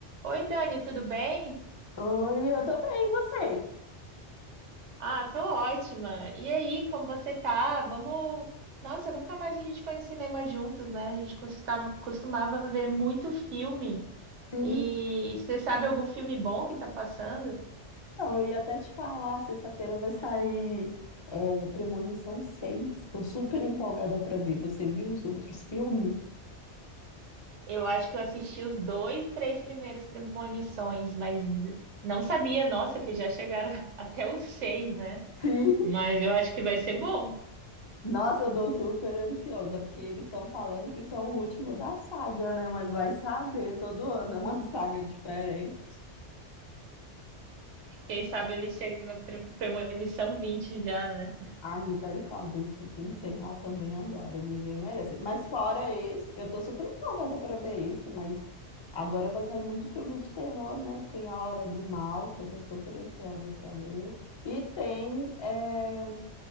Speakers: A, on the right; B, on the left.
A: Oi, Dani, tudo bem?
B: Oi, eu tô bem, e você?
A: Ah, tô ótima. E aí, como você tá? Vamos. Nossa, nunca mais a gente foi no cinema juntos, né? A gente costa- costumava ver muito filme.
B: Sim,
A: E você sabe algum filme bom que tá passando?
B: então, eu ia até te falar, sexta-feira vai sair é, Premonição seis. Tô super empolgada pra ver. Você viu os outros filmes?
A: Eu acho que eu assisti os dois, três primeiros Premonições, mas não sabia, nossa, que já chegaram <laughs> até os seis, né?
B: Sim.
A: Mas eu acho que vai ser bom.
B: Nossa, eu tô super ansiosa, porque eles estão falando que são o último da saga, né? Mas vai saber, todo ano é uma <laughs> saga diferente.
A: Quem sabe ele chega na pre- Premonição 20 já, né?
B: Ai, misericórdia, eles têm que encerrar também agora, ninguém merece. Mas fora esse, eu tô super empolgada pra ver esse, mas agora vai sair muito filme de terror, né? Tem A Hora do Mal, que eu tô super ansiosa pra ver. E tem eh,